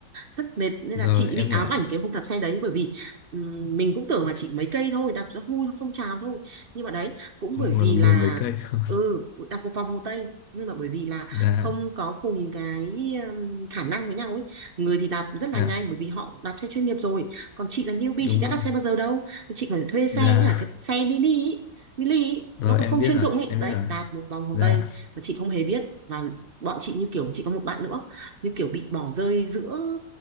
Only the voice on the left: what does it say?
rồi
em
hiểu
không
ngờ
là mười
mấy cây <laughs>
dạ
dạ
đúng
rồi
dạ
rồi
em
biết
rồi
em
biết rồi
dạ